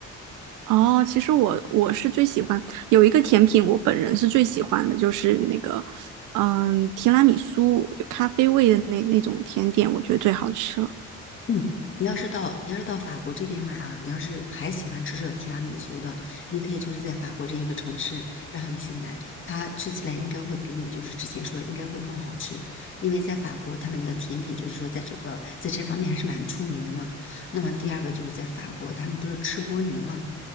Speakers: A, on the right; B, on the left.
A: 哦，其实我我是最喜欢有一个甜品，我本人是最喜欢的，就是那个嗯提拉米苏有咖啡味的那那种甜点，我觉得最好吃了。
B: 嗯，你要是到你要是到法国这边来啊，你要是还喜欢吃这提拉米苏的，你可以就是在法国这一个城市，然后你去买，它吃起来应该会比你就是之前说的应该会更好吃，因为在法国他们的甜品就是说在这个在这方面还是蛮出名的嘛。那么第二个就是在法国，他们不是吃蜗牛嘛，